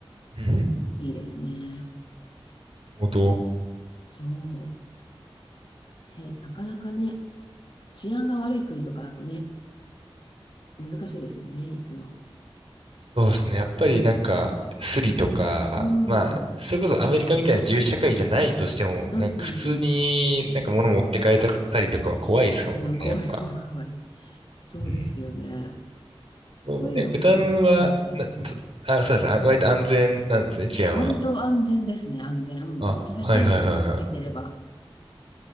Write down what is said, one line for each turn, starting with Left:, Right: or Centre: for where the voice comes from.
Right: うん。なる
Left: いいですね。
Right: ほど。
Left: そう。ね、なかなかね、治安が悪い国とかだとね、難しいですもんね、行くの。
Right: そうですね。やっぱりなんか、スリとか、
Left: う
Right: まあ、
Left: ん。
Right: それこそアメリカみたいな自由社会じゃないとしても、
Left: うん、
Right: なんか普通になんか物持って帰ったりとかは怖いですもんね、
Left: うん、うん。うん、怖い、
Right: やっぱ。
Left: 怖い、怖い。そうですよね。
Right: うんそうえ、
Left: そういうのがね、
Right: ベトナムは、
Left: ないから。
Right: な、
Left: うん。
Right: そあ、そうです。あ、割と安全なんですね、治安は。
Left: 割と安全ですね、安全。うん。
Right: あ、
Left: もう最低限気をつけてれば
Right: はいはいはいはい。